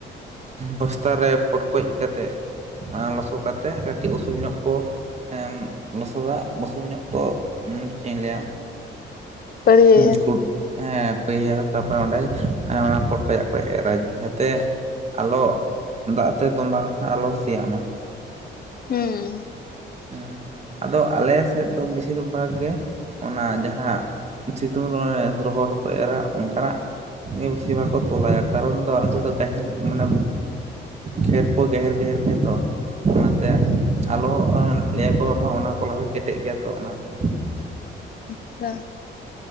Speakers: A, on the right; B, on the left.
A: ᱵᱚᱥᱛᱟ ᱨᱮ ᱯᱚᱴᱠᱚᱡ ᱠᱟᱛᱮᱜ, ᱢᱟᱜ ᱞᱚᱥᱚᱫ ᱠᱟᱛᱮᱫ ᱠᱟᱹᱴᱤᱡ ᱩᱥᱩᱞ ᱧᱚᱜ ᱠᱚ ᱾ ᱦᱮᱸ ᱞᱚᱥᱚᱫᱟ ᱩᱥᱩᱞ ᱧᱚᱜ ᱠᱚ ᱧᱸ ᱪᱮᱫ ᱤᱧ ᱞᱮᱭᱟ ᱾
B: ᱯᱟᱹᱲᱭᱟᱹᱭᱟ
A: ᱦᱩᱸ ᱠᱩᱴ ᱾ ᱦᱮᱸ ᱯᱟᱹᱭᱟ ᱛᱟᱨᱯᱚᱨᱮ ᱚᱸᱰᱮ ᱚᱱᱟ ᱯᱚᱴᱠᱚᱡ ᱟᱜ ᱠᱚ ᱮᱨᱟ ᱡᱟᱛᱮ, ᱟᱞᱚ ᱫᱟᱜ ᱛᱮ ᱛᱚᱸᱵᱟ ᱞᱮᱠᱷᱟᱱ ᱟᱞᱚ ᱥᱮᱭᱟᱜ ᱢᱟ,
B: ᱦᱩᱸ
A: ᱦᱮᱸ ᱟᱫᱚ ᱟᱞᱮ ᱥᱮᱫ ᱫᱚ ᱵᱤᱥᱤᱨ ᱵᱷᱟᱜᱽ ᱜᱮ ᱚᱱᱟ ᱡᱟᱦᱟᱸ, ᱥᱤᱛᱩᱝ ᱨᱮ ᱨᱚᱦᱚᱲ ᱨᱮᱠᱚ ᱮᱨᱟ ᱚᱱᱠᱟᱱᱟᱜ᱾ ᱵᱮᱥᱤᱨ ᱵᱷᱟᱜᱽ ᱠᱚ ᱛᱚᱞᱟᱭᱟ ᱠᱟᱨᱚᱱ ᱫᱚ ᱟᱞᱮ ᱥᱮᱫ ᱫᱚ ᱜᱟᱦᱮᱱ ᱢᱟᱱᱮ, ᱠᱷᱮᱛ ᱠᱚ ᱜᱮᱦᱮᱨ ᱜᱮᱦᱮᱨ ᱜᱮᱭᱟ ᱛᱚ᱾ ᱚᱱᱟᱛᱮ ᱟᱞᱚ ᱞᱟᱹᱭᱟᱠᱚ ᱢᱟ ᱚᱱᱟ ᱛᱚᱞᱟ ᱫᱚ ᱠᱮᱴᱮᱡ ᱜᱮᱭᱟ ᱛᱚ ᱚᱱᱟᱛᱮ᱾
B: ᱟᱪᱪᱷᱟ ᱾